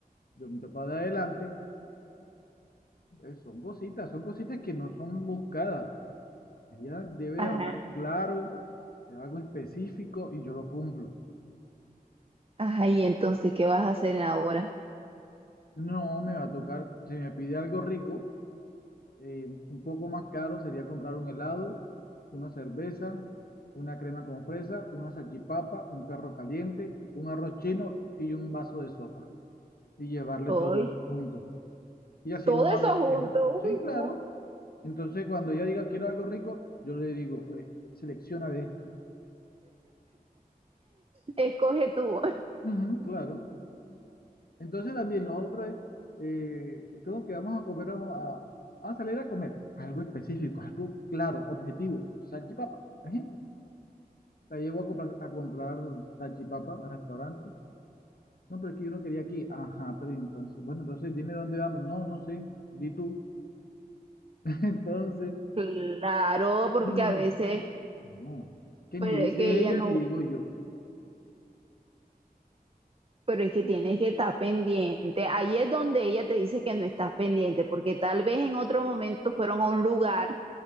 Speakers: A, on the left (about 75°); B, on the right (about 40°).
A: Yo miro para adelante. Eh, Son cositas, son cositas que no son buscadas. Ella debe
B: Ajá,
A: de hablar claro, eh, algo específico y yo lo cumplo.
B: ajá, y entonces, ¿qué vas a hacer ahora?
A: No me va a tocar, si me pide algo rico, eh, un poco más caro sería comprar un helado, una cerveza, una crema con fresa, una salchipapa, un perro caliente, un arroz chino y un vaso de sopa. Y llevarle
B: hoy
A: todo eso junto. Y así
B: todo
A: no
B: eso
A: va a haber
B: junto,
A: quejas. Sí,
B: uy,
A: claro.
B: no.
A: Entonces, cuando ella diga quiero algo rico, yo le digo, eh, selecciona de esto.
B: Escoge tú.
A: Ujú, claro. Entonces también lo otro es, eh, creo que vamos a comer, vamos a, a salir a comer algo específico, algo claro, objetivo, salchipapa, por ejemplo. La llevo a comprar, a comprar salchipapa a restaurante. No, pero es que yo no quería aquí. Ajá, pero entonces, bueno, entonces dime dónde vamos. No, no sé, di tú. <laughs> Entonces,
B: Claro, porque
A: dime,
B: a veces,
A: no, que
B: pero
A: ni dice
B: es que ella
A: ella
B: no,
A: ni digo yo.
B: pero es que tienes que estar pendiente. Ahí es donde ella te dice que no estás pendiente, porque tal vez en otro momento fueron a un lugar